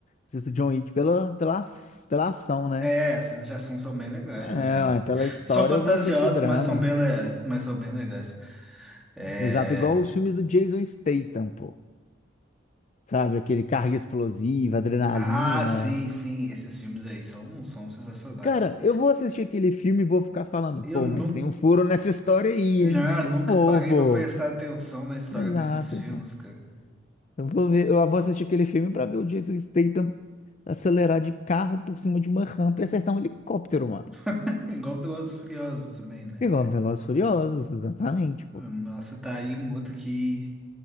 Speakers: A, on the left; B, in the centre.
A: Assisto John Wick pela, pela, ac- pela ação, né?
B: É, essas já são, são bem legais,
A: É,
B: assim.
A: ué, pela história
B: São fantasiosas,
A: eu vou assistir drama.
B: mas são bem legais. Mas são bem legais. É...
A: Exato, igual os filmes do Jason Statham, pô. Sabe, aquele carga explosiva, adrenalina.
B: Ah, sim, sim, esses filmes aí são, são sensacionais.
A: Cara, eu vou assistir aquele filme e vou ficar falando,
B: Eu
A: pô,
B: não,
A: mas tem um furo nessa história aí,
B: Ah,
A: hein? Não
B: nunca
A: vou,
B: parei
A: pô.
B: pra prestar atenção na história
A: Exato,
B: desses filmes,
A: pô.
B: cara.
A: Eu vou ver, eu vou assistir aquele filme pra ver o Jason Statham acelerar de carro por cima de uma rampa e acertar um helicóptero, mano.
B: <laughs> Igual Velozes e Furiosos também, né?
A: Igual Velozes e Furiosos, exatamente, pô.
B: Nossa, tá aí um outro que